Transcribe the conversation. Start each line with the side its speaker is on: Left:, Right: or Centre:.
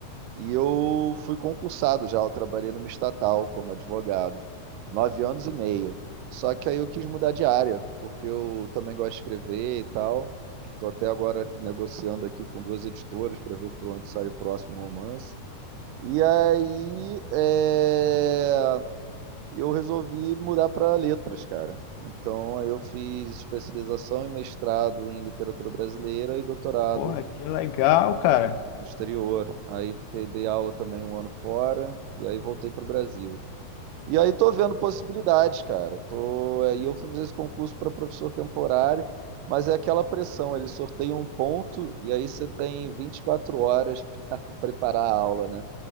Right: E eu fui concursado já, eu trabalhei numa estatal como advogado, nove anos e meio. Só que aí eu quis mudar de área, porque eu também gosto de escrever e tal. Estou até agora negociando aqui com duas editoras para ver por onde sai o próximo romance. E aí é, eu resolvi mudar para letras, cara. Então aí eu fiz especialização e mestrado em literatura brasileira e doutorado
Left: Porra, que legal, cara.
Right: no exterior. Aí fiquei, dei aula também um ano fora e aí voltei para o Brasil. E aí tô vendo possibilidades, cara. Tô, aí eu fui fazer esse concurso para professor temporário, mas é aquela pressão, eles sorteiam um ponto e aí você tem 24 horas <laughs> para preparar a aula, né?